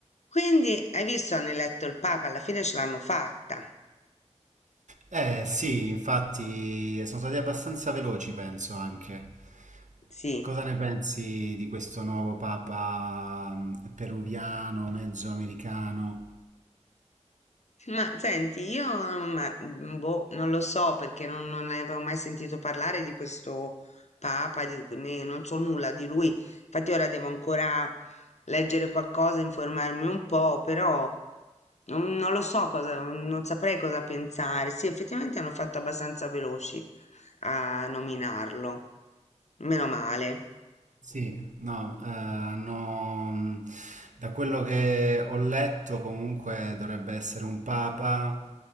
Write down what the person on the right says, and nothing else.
Eh sì, infatti sono stati abbastanza veloci, penso anche.
Cosa ne pensi di questo nuovo papa mm, peruviano, mezzo americano?
Sì, no, eh, hanno- da quello che ho letto comunque dovrebbe essere un papa